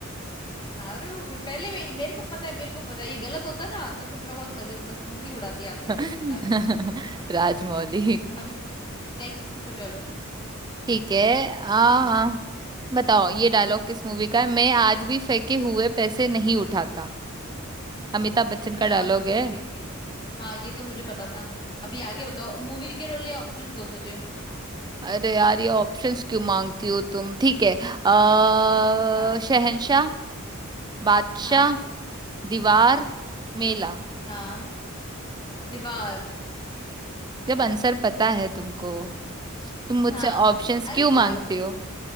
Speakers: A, on the left (about 20°); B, on the right (about 20°).
A: हाँ अरे वो भाई पहले में ही- मेरे को पता है मेरे को पता है ये गलत होता ना तो फिर मैं बहुत मजे मस हंसी उड़ाती आपकी
B: <laughs>
A: सच बता रही हूँ
B: राजमौली
A: अभी नेक्स्ट पूछो चलो
B: ठीक है आ बताओ ये डायलॉग किस मूवी का है मैं आज भी फेंके हुए पैसे नहीं उठाता अमिताभ बच्चन का
A: मैं आज
B: डायलॉग
A: भी
B: है
A: फेंके हाँ ये तो मुझे पता था अभी आगे बताओ मूवी के लिए ऑप्शंस दो मुझे
B: अरे यार ये ऑप्शंस क्यों मांगती हो तुम ठीक है आ
A: हाँ
B: शहंशाह बादशाह
A: हाँ
B: दीवार
A: हम्म
B: मेला
A: हाँ दीवार
B: जब आंसर पता है तुमको तुम मुझसे
A: हाँ
B: ऑप्शंस
A: अरे
B: क्यों मांगती
A: तो
B: हो